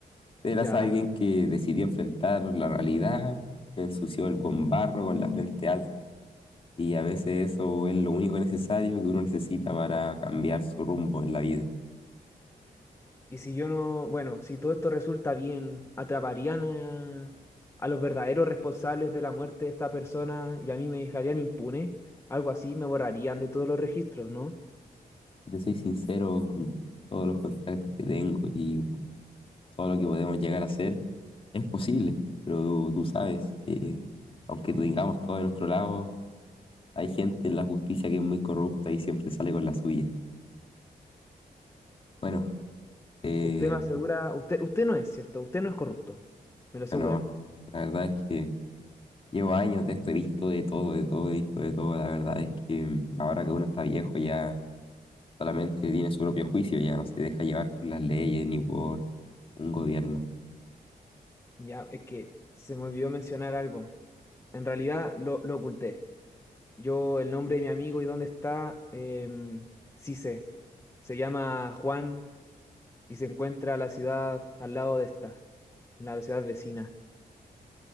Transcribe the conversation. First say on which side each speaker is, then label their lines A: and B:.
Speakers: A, on the left; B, on the left.
A: Eras
B: Ya.
A: alguien que decidió enfrentar la realidad, ensució el con barro, con la frente alta. Y a veces eso es lo único necesario que uno necesita para cambiar su rumbo en la vida.
B: Y si yo no, bueno, si todo esto resulta bien, atraparían a, a los verdaderos responsables de la muerte de esta persona y a mí me dejarían impune, algo así, me borrarían de todos los registros, ¿no?
A: Te soy sincero con todos los contactos que tengo y todo lo que podemos llegar a hacer es posible, pero tú sabes que aunque tengamos todo de nuestro lado, hay gente en la justicia que es muy corrupta y siempre sale con la suya. Bueno, eh,
B: Usted me asegura, usted, usted no es, ¿cierto? Usted no es corrupto, me lo asegura.
A: bueno, la verdad es que llevo años de esto, he visto de todo, de todo, he visto de todo. La verdad es que mm, ahora que uno está viejo ya solamente tiene su propio juicio, ya no se deja llevar por las leyes ni por un gobierno.
B: Ya, es que se me olvidó mencionar algo. En realidad lo, lo oculté. Yo, el nombre de mi amigo y dónde está, em, sí sé. Se llama Juan y se encuentra la ciudad al lado de esta, la ciudad vecina.